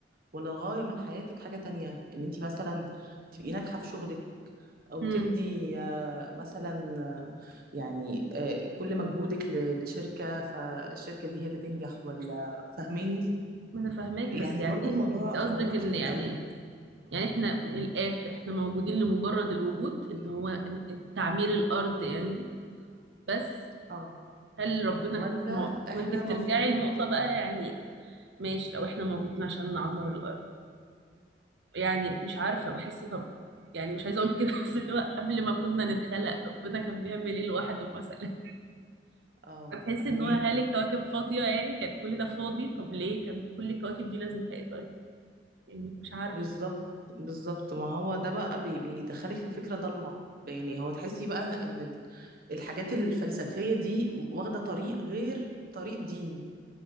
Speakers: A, on the right (about 55°); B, on the right (about 75°).
A: ولا الغاية من حياتك حاجة تانية ان انت مثلا تبقي ناجحة في شغلك او
B: امم
A: تدي آه، مثلا آه، يعني آه، كل مجهودك ل- لشركة فالشركة دي هي اللي تنجح ولا فاهماني
B: ما انا فاهماكي
A: يعني
B: بس يعني
A: برضو الموضوع
B: انت قصدك
A: موضوع كبير
B: ان يعني
A: قوي
B: يعني احنا من الاخر احنا موجودين لمجرد الوجود اللي هو تعمير الارض يعني بس
A: اه
B: هل ربنا
A: ولا
B: ما هو ما
A: احنا
B: انت بترجعي
A: مفروض
B: لنقطة بقى يعني ماشي لو احنا موجودين عشان نعمر الأرض يعني مش عارفة بحس طب يعني مش عايزة اقول كده <laughs> بس اللي هو قبل ما كنا نتخلق ربنا كان بيعمل ايه لوحده مثلا
A: اه
B: هتحس
A: فهميكي
B: ان هو هل الكواكب فاضية يعني كانت كل ده فاضي طب ليه كان كل الكواكب دي لازمتها ايه طيب يعني مش عارف
A: بالظبط بالظبط ما هو ده بقى بي- بيدخلك في فكرة ضلمة يعني هو تحسي بقى ان ال- الحاجات الفلسفية دي واخدة طريق غير طريق الدين